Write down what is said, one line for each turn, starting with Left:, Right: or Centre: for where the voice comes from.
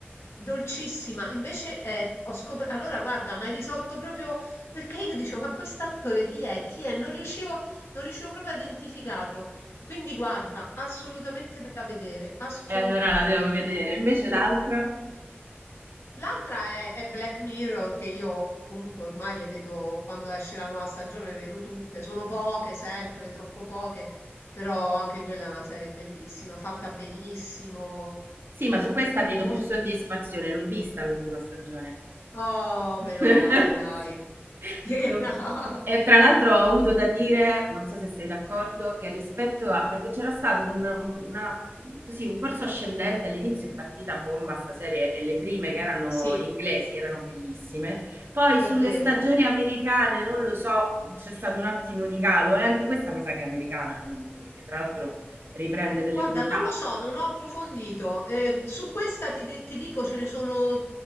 Left: dolcissima. Invece eh, ho scoperto... Allora, guarda, mi hai risolto proprio perché io dicevo, ma quest'attore chi è? Chi è? Non riuscivo, non riuscivo proprio a identificarlo. Quindi guarda, assolutamente da vedere, assolutamente.
Right: E allora la devo vedere. Invece l'altra?
Left: L'altra è, è Black Mirror, che io comunque ormai le vedo quando esce la nuova stagione, le vedo tutte. Sono poche, sempre, troppo poche, però anche quella è una serie bellissima, fatta benissimo.
Right: Sì,
Left: eh,
Right: ma su questa ti
Left: mol-
Right: do più soddisfazione, l'ho vista l'ultima stagione.
Left: Oh,
Right: <laughs>
Left: meno
Right: Sì.
Left: male, dai. <laughs> Sì,
Right: L'ho-
Left: no.
Right: E tra l'altro ho avuto da dire, non so se sei d'accordo, che rispetto a... perché c'era stato un, una- così, un corso ascendente all'inizio è partita a bomba sta serie e le prime che erano
Left: Sì,
Right: inglesi erano bellissime. Poi
Left: è
Right: sulle
Left: vero.
Right: stagioni americane, non lo so, c'è stato un attimo di calo e anche questa mi sa che è americana comunque, perché tra l'altro riprende delle
Left: Guarda,
Right: puntate.
Left: non lo so, non ho approfondito. Eh, su questa ti, de- ti dico ce ne sono